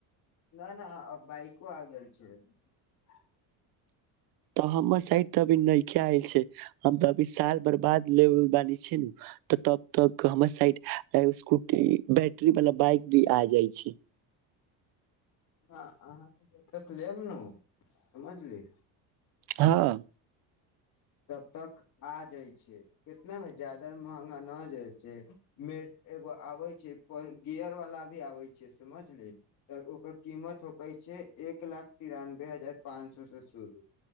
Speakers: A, on the left (about 40°); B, on the right (about 55°).
A: न न बाइको आ गेल छैक
B: तऽ हमर साइड तऽ अभी नैखे आयल छैक हम तऽ अभी साल बरबाद ले बानी छै न तऽ तब तक हमर साइड स्कूटी बैटरी वाला बाइक भी आ जाइत छैक
A: अहाँ जब तक लेम ने समझली
B: हँ
A: तब तक आ जाइ छैक कितनामे जदा महंगा नहि जाइत छैक मे एगो आबै छैक गियर वाला भी आबैय छैक समझलिय तऽ ओकर किमत होकै छैक एक लाख तिरानबे हजार पाँच सए से शुरू